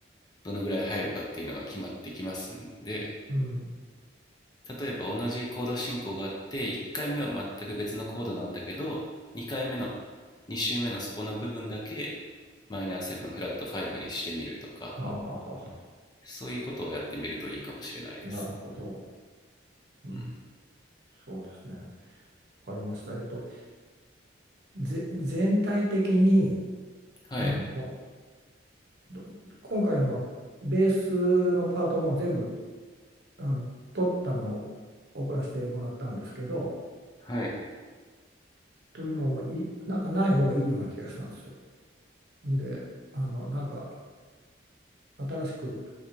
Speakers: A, on the left; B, on the right.
A: どのぐらい入るかっていうのが決まってきますんで、
B: うん。
A: 例えば同じコード進行があって1回目は全く別のコードなんだけど2回目の2周目のそこの部分だけマイナー7フラット5にしてみるとか
B: はあはあはあは
A: そういうことをやってみるといいかもしれないです。
B: あ。なるほど。うん、
A: うん、
B: そうですね。わかりました。えっと、ぜ、全体的に、
A: はい
B: あの、ど今回のはベースのパートも全部、あの、取ったのを送らせてもらったんですけど、
A: はい
B: というのもい、なんかない方がいいような気がしたんですよ。で、あの、なんか、新しく